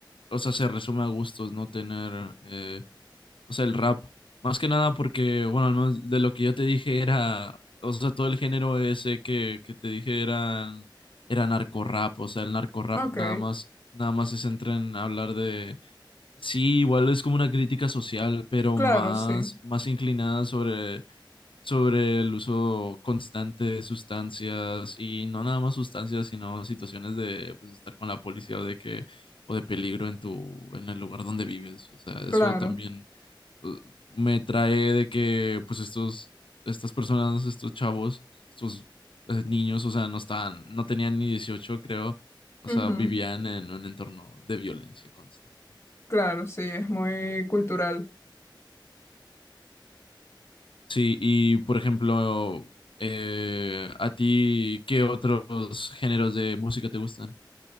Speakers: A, on the left (about 90°); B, on the left (about 30°).
A: o sea, se resume a gustos no tener, eh, o sea, el rap. Más que nada porque, bueno, al menos de lo que yo te dije era, o sea, todo el género ese que, que te dije eran, era narco rap, o sea, el narco rap
B: Ok,
A: nada más, nada más se centra en hablar de, sí, igual es como una crítica social, pero
B: claro,
A: más,
B: sí,
A: más inclinada sobre sobre el uso constante de sustancias y no nada más sustancias, sino situaciones de pues, estar con la policía o de que o de peligro en tu en el lugar donde vives. O sea,
B: claro,
A: eso también uh, me trae de que pues estos estas personas, estos chavos, estos eh, niños, o sea, no estaban, no tenían ni 18 creo. O
B: ujú,
A: sea, vivían en un entorno de violencia constante.
B: Claro, sí, es muy cultural.
A: Sí, y por ejemplo, eh, ¿a ti qué otros géneros de música te gustan?